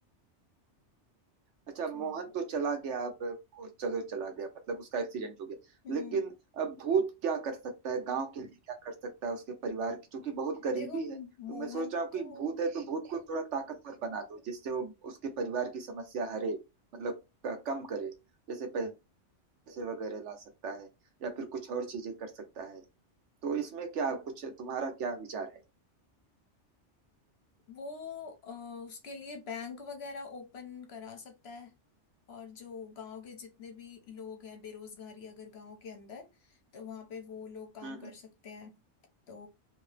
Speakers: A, on the right (about 75°); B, on the left (about 65°).
A: अच्छा
B: तो
A: मोहन तो चला गया अब वो चलो चला गया मतलब उसका एक्सीडेंट हो गया
B: हम्म
A: लेकिन अब भूत क्या कर सकता है गांव के लिए क्या कर सकता है उसके परिवार की चूंकि बहुत गरीबी
B: देखो
A: है तो
B: मोहन
A: मैं सोच रहा हूँ
B: तो
A: कि भूत है तो भूत को थोड़ा ताकतवर बना दो जिससे वो उसके परिवार की समस्या हरे मतलब क- कम करे जैसे पैसे वगैरह ला सकता है या फिर कुछ और चीजें कर सकता है तो इसमें क्या कुछ तुम्हारा क्या विचार है
B: वो अ, उसके लिए बैंक वगैरह ओपन करा सकता है और जो गांव के जितने भी लोग हैं बेरोजगारी अगर गांव के अंदर तो वहां पे वो लोग काम
A: हम्म
B: कर
A: हम्म
B: सकते हैं तो